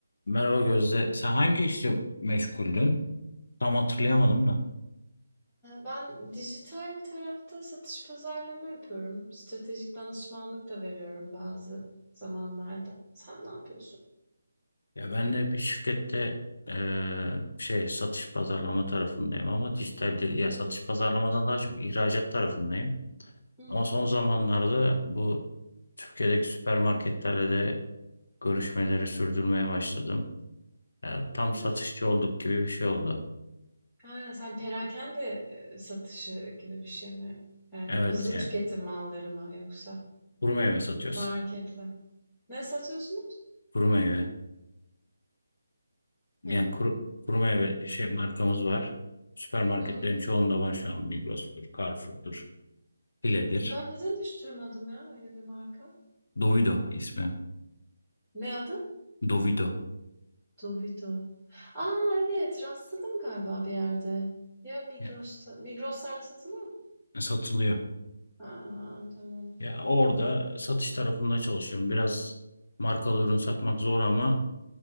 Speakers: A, on the left (about 65°); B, in the centre.
A: Merhaba Gözde. Sen hangi işle meşguldün? Tam hatırlayamadım da.
B: ben dijital tarafta satış pazarlama yapıyorum. Stratejik danışmanlık da veriyorum bazı zamanlarda. Sen ne yapıyorsun?
A: Ya ben de bir şirkette eee, şey satış pazarlama tarafındayım ama dijital değil- ya satış pazarlamadan daha çok ihracat tarafındayım.
B: Hı hı.
A: Ama son zamanlarda bu Türkiye'deki süpermarketlerle de görüşmeleri sürdürmeye başladım. Ya tam
B: Ha.
A: satışçı olduk gibi bir şey oldu.
B: Ha, sen perakende eee, satışı gibi bir şey mi? Yani
A: Evet
B: hızlı
A: yani
B: tüketim malları mı yoksa
A: kuru meyve satıyoruz.
B: marketle? Ne satıyorsunuz?
A: Kuru meyve. Yani
B: Ha.
A: kuru, kuru meyve şey markamız var. Süpermarketlerin
B: Hı hı.
A: çoğunda var şu an Migros'tur, Carrefour'dur, File'dir.
B: Ben neden hiç duymadım ya öyle bir marka?
A: Dovido ismi.
B: Ne adı?
A: Dovido.
B: Dovito. Aa evet rastladım galiba bir yerde. Ya Migros'ta,
A: Ya,
B: Migros'larda satılıyor mu?
A: satılıyor.
B: A, tamam.
A: Ya orada satış tarafında çalışıyorum. Biraz markalı ürün satmak zor ama